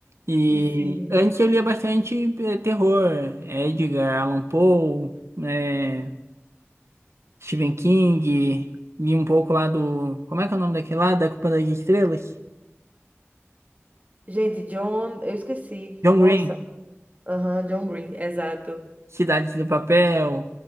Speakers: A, on the right; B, on the right.
A: E
B: E Sim.
A: antes eu lia bastante eh, terror, Edgar Allan Poe, eh, Stephen King, li um pouco lá do. Como é que é o nome daquele lá? Da Culpa das Estrelas?
B: Gente, John, eu esqueci.
A: John
B: Nossa.
A: Green,
B: Aham, John Green, exato.
A: Cidade de Papel.